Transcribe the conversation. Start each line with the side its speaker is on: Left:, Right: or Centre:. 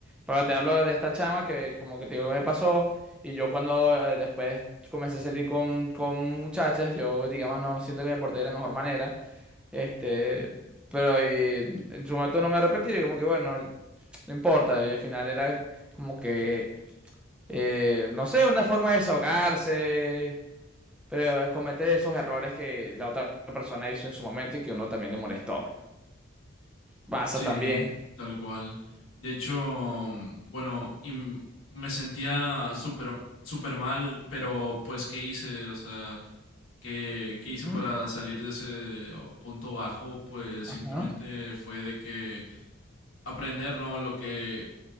Centre: pero te hablo de esta chama que como que te digo me pasó y yo cuando eh, después comencé a salir con, con muchachas, yo digamos no siento que me porté de la mejor manera, este, pero y, en su momento no me arrepentí, y como que bueno, no importa, y al final era como que, eh, no sé, una forma de desahogarse. Pero comete esos errores que la otra persona hizo en su momento y que uno también le molestó. Pasa
Left: Sí,
Centre: también.
Left: tal cual. De hecho, bueno, y m- me sentía súper, súper mal, pero pues, ¿qué hice? O sea, ¿qué, qué hice
Centre: Ujú.
Left: para salir de ese oh, punto bajo? Pues
Centre: Ajá.
Left: simplemente fue de que aprender, ¿no? Lo que